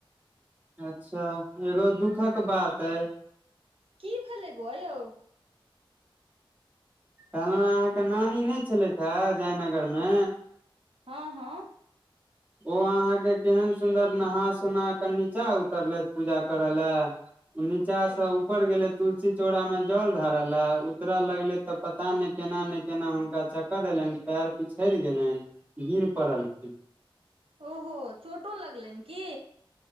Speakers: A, on the right; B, on the right.
A: अच्छा एगो दुखक बात ए
B: की भेलै बौआ यौ
A: कहलहुँं अहाँके नानी नै छलैथ ह जयनगर मे
B: हँ हँ
A: ओ अहाँके केहन सुन्दर नहा सोना क नीचा उतरलैथ पूजा करय लए नीचा से ऊपर गेले तुलसी चौड़ा में जल ढारल ले उतरऽ लगले तऽ पता नै केना नै केना हुनका चक्कर एलैन पैर पिछैड़ गेलैन गिर पड़ल खिन
B: ओहो चोटो लगलैन की